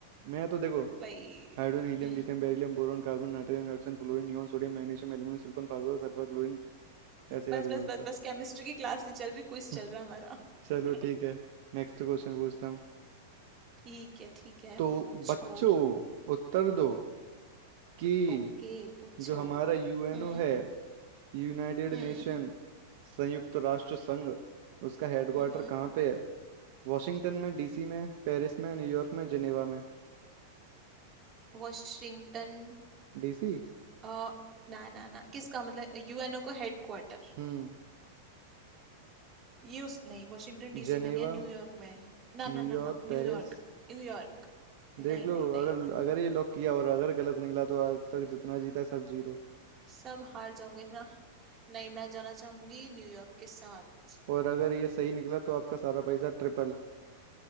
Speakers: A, on the right; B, on the right.
A: मैं तो देखो
B: भाई
A: हाइड्रोजन हीलियम
B: हम्म
A: lithium बेरिलियम बोरॉन कार्बन नाइट्रोजन ऑक्सीजन फ्लोरीन नियॉन सोडियम magnesium एल्यूमिनियम silicon फास्फोरस सल्फर क्लोरीन ऐसे
B: बस
A: याद
B: बस
A: करता
B: बस बस केमिस्ट्री की क्लास नहीं चल रही क्विज
A: था।
B: चल
A: <laughs>
B: रहा है हमारा
A: चलो ठीक
B: <laughs>
A: है नेक्स्ट क्वेश्चन पूछता हूँ
B: ठीक है ठीक है
A: तो
B: पूछो
A: बच्चों उत्तर दो कि
B: ओके पूछो
A: जो हमारा यूएनओ
B: हम्म
A: है यूनाइटेड
B: हम्म
A: नेशन संयुक्त राष्ट्र संघ उसका हेडक्वार्टर
B: हम्म
A: कहाँ पे है वॉशिंगटन में डीसी में पेरिस में न्यूयॉर्क में जेनेवा में
B: वॉशिंगटन
A: डीसी
B: अ ना ना ना किसका मतलब यूएनओ का हेडक्वार्टर
A: हम्म
B: ये उस नहीं वॉशिंगटन डीसी
A: जेनेवा
B: में नहीं है न्यूयॉर्क में है ना ना
A: New York
B: ना ना
A: Paris
B: न्यूयॉर्क न्यूयॉर्क नहीं
A: देख लो
B: नहीं नहीं
A: अगर अगर ये लॉक किया और अगर गलत निकला तो आज तक जितना जीता है सब जीरो
B: सब हार जाओगे ना नहीं मैं जाना चाहूंगी न्यूयॉर्क के साथ
A: और अगर ये सही निकला तो आपका सारा पैसा ट्रिपल